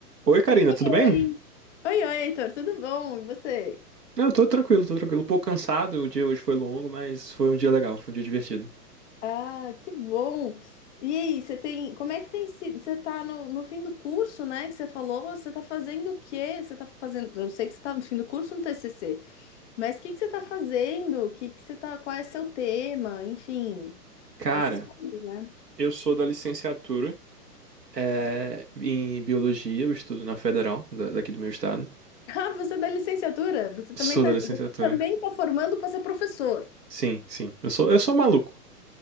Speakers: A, on the right; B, on the left.
A: Oi, Karina, tudo bem?
B: Oi, oi, oi, Heitor, tudo bom? E você?
A: Não, Eu tô tranquilo, tô tranquilo. Um pouco cansado, o dia hoje foi longo, mas foi um dia legal, foi um dia divertido.
B: Ah, que bom! E aí, você tem, como é que tem sido? Você tá no, no fim do curso, né, que você falou, você tá fazendo o quê? Você tá fazendo, eu sei que você tá no fim do curso no TCC, mas o que que você tá fazendo? O que que você tá, qual é seu tema? Enfim,
A: Cara,
B: essas coisas, né?
A: eu sou da licenciatura é, em biologia, eu estudo na Federal, da- daqui do meu estado.
B: <laughs> Ah, você é da licenciatura? Você
A: Sou
B: também tá,
A: da licenciatura.
B: você também tá formando para ser professor.
A: Sim, sim. Eu sou, eu sou maluco.